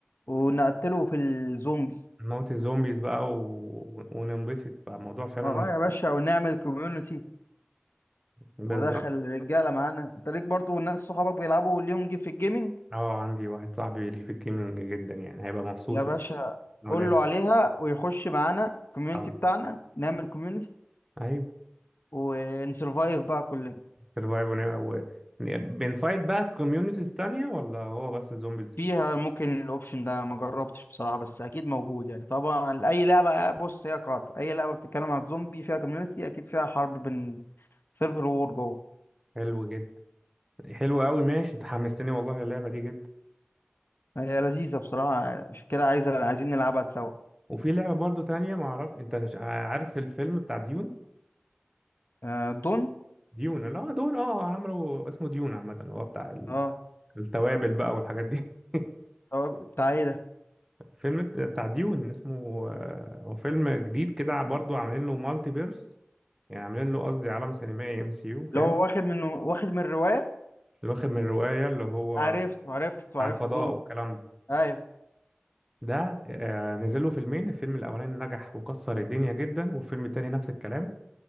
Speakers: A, on the left (about 65°); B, on the right (about 15°).
A: ونقتله في الزومبيز
B: ونموت الزومبيز بقى و... وننبسط بقى الموضوع فعلا
A: اه
B: هيبقى
A: يا باشا ونعمل كوميونتي
B: بالظبط
A: ودخل الرجاله معانا انت ليك برضه ناس صحابك بيلعبوا ليهم جي في الجيمنج
B: اه عندي واحد صاحبي ليه في الجيمنج جدا يعني هيبقى مبسوط
A: يا باشا
B: لو
A: قول
B: لعب
A: له عليها ويخش معانا الكوميونتي
B: اه
A: بتاعنا نعمل كوميونتي
B: ايوه
A: ونسرفايف بقى كلنا
B: سرفايف و... بنفايت بقى كوميونيتيز تانية ولا هو بس الزومبيز
A: فيها ممكن الاوبشن ده ما جربتش بصراحه بس اكيد موجود يعني طبعا اي لعبه بص هي قاطع اي لعبه بتتكلم عن الزومبي فيها كوميونتي اكيد فيها حرب بين سيرفر وور جوه
B: حلو جدا حلو قوي ماشي انت حمستني والله اللعبة دي جدا
A: هي لذيذه بصراحه عشان كده عايزه عايزين نلعبها سوا
B: وفي لعبة برضو تانية ما اعرف انت ش- عارف الفيلم بتاع ديون
A: آه دون
B: ديون اللي هو دون اه عمرو اسمه ديون عامة اللي هو بتاع ال-
A: اه
B: التوابل بقى والحاجات دي <laughs>
A: هو بتاع ايه ده
B: فيلم بت- بتاع ديون اسمه آه، هو فيلم جديد كده برضو عاملين له مالتي فيرس يعني عاملين له قصدي عالم سينمائي ام سي يو فاهم
A: اللي هو واخد من واخد من الروايه
B: اللي واخد من الرواية اللي هو
A: عرفت عرفت عرفت
B: بتاع الفضاء
A: دون
B: والكلام ده
A: ايوه
B: ده آه، نزل له فيلمين الفيلم الاولاني نجح وكسر الدنيا جدا والفيلم التاني نفس الكلام